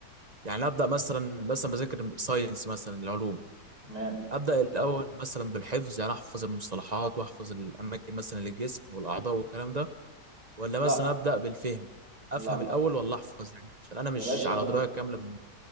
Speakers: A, on the right; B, on the right.
A: يعني ابدا مثلا مثلا بذاكر ساينس مثلا العلوم
B: تمام
A: ابدا الاول مثلا بالحفظ يعني احفظ المصطلحات واحفظ الاماكن مثلا للجسم والاعضاء والكلام ده ولا
B: لا
A: مثلا ابدا بالفهم افهم
B: لا
A: الاول ولا احفظ يعني عشان انا مش
B: يا باشا
A: على درايه كامله بال-